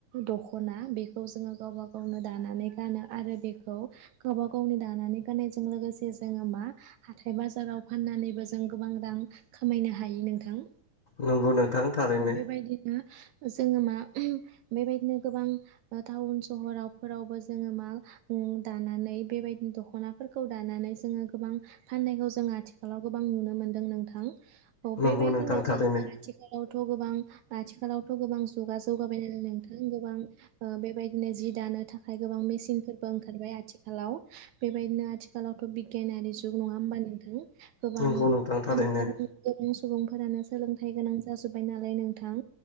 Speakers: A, on the right; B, on the left.
A: दख'ना बेखौ जोङो गावबा गावनो दानानै गानो आरो बेखौ गावबा गावनि दानानै गाननायजों लोगोसे जोङो मा हाथाय बाजाराव फाननानैबो जों गोबां रां खामायनो हायो नोंथां।
B: नंगौ नोंथां थारैनो
A: औ बेबायदिनो जोङो मा बेबायदिनो गोबां टाउन सहराव फोरावबो जोङो मा उम दानानै बेबायदिनो दख'नाफोरखौ दानानै जोङो गोबां फाननायखौ जों आथिखालाव गोबां नुनो मोनदों नोंथां औ
B: नंगौ
A: बेबायदिनो
B: नोंथां थारैनो
A: जोङो थ' गोबां आथिखालावथ' गोबां जुगा जौगाबाय नालाय नोंथां गोबां ओ बेबायद बिदिनो जि दानो थाखाय गोबां मेसिनफोरबो ओंखारबाय आथिखालाव बेबायदिनो आथिखालावथ' बि बिगियान आरि जुग नङा हामबा नोंथां गोबां
B: नंगौ नोंथां थारैनो
A: <unintelligible> सुबुंफोरानो सोलों जाजोब्बाय नालाय नोंथां